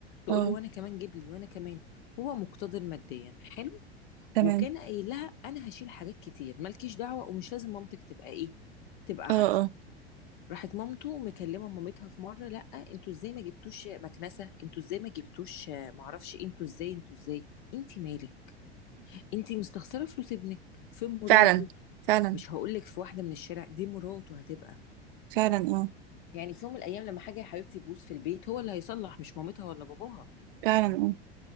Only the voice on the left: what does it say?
تقول
له وانا كمان جيب لي وانا كمان هو مقتدر ماديا حلو
وكان قايل لها انا هشيل حاجات كتير مالكيش دعوه ومش لازم مامتك تبقى ايه تبقى
عارفه
راحت مامته مكلمه مامتها في مره لا انتوا ازاي ما جبتوش مكنسه انتوا ازاي ما جبتوش آه، معرفش إيه؟ انتوا ازاي انتوا ازاي انت مالك انتي مستخسره فلوس ابنك في مراته
مش هقولك في واحده من الشارع دي مراته هتبقى
يعني في يوم من الايام لما حاجه يا حبيبتي تبوظ في البيت هو اللي هيصلح مش مامتها ولا باباها